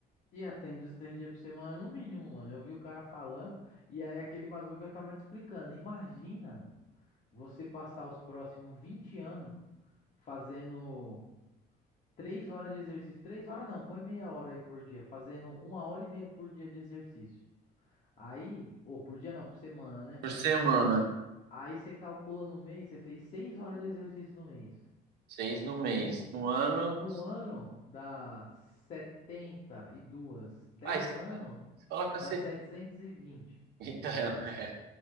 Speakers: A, on the left; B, on the right.
A: E atende os três dias por semana no mínimo, mano. Eu vi o cara falando, e aí aquele bagulho que eu tava te explicando. Imagina você passar os próximos 20 anos fazendo 3 horas de exercício. três horas não, põe meia hora aí por dia. Fazendo uma hora e meia por dia de exercício. Aí, ou por dia não, por semana, né?
B: Por semana,
A: Aí você calcula no mês, você fez 6 horas de exercício no mês.
B: seis no mês.
A: No,
B: No ano,
A: no ano dá 72, 10
B: 52.
A: anos
B: Fala cacete.
A: dá 720.
B: Então, <laughs>